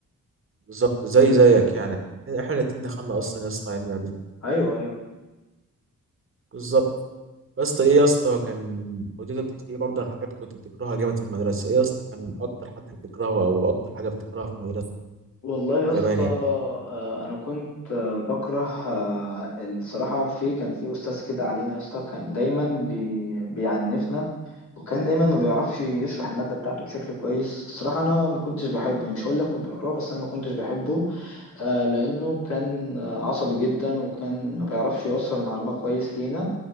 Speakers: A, on the right (about 40°); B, on the left (about 60°).
A: بالظبط زي
B: فاهم
A: زيك يعني احنا الاتنين دخلنا أصلا يا اسطى علمي علوم.
B: أيوه أيوه
A: بالظبط يا اسطى ايه يا اسطى كان وجدة بتحكي لي برضه عن حاجات كنت بتكرهها جامد في المدرسة ايه يا اسطى كان أكتر حد بتكرهه أو أكتر حاجة بتكرهها في المدرسة
B: والله يا اسطى
A: زمان يعني
B: آه، انا كنت آه، بكره آه، الصراحه في كان في استاذ كده علينا يا اسطى كان دايما بي بيعنفنا وكان دايما ما بيعرفش يشرح الماده بتاعته بشكل كويس الصراحه انا ما كنتش بحبه يعني مش هقول لك كنت بكرهه بس انا ما كنتش بحبه آه، لانه كان آه، عصبي جدا وكان ما بيعرفش يوصل المعلومه كويس لينا